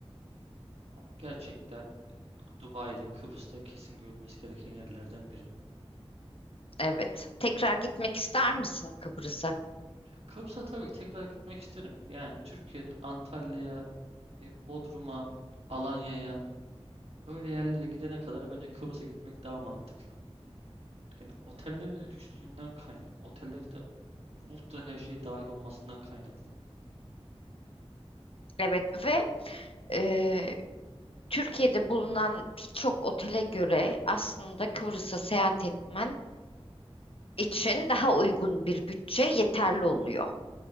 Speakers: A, on the right; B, on the left.
A: Ama gerçekten Dubai'de, Kıbrıs'ta kesin görülmesi gereken yerlerden biri.
B: Evet. Tekrar gitmek ister misin Kıbrıs'a?
A: Ya Kıbrıs'a tabii ki tekrar gitmek isterim. Yani Türkiye'nin Antalya'ya E, Bodrum'a, Alanya'ya öyle yerlere gidene kadar bence Kıbrıs'a gitmek daha mantıklı. Yani otellerin lükslüğünden kaynaklı. Otellerin işte ultra her şey dahil olmasından kaynaklı.
B: Evet ve e, Türkiye'de bulunan birçok otele göre aslında Kıbrıs'a seyahat etmen için daha uygun bir bütçe yeterli oluyor.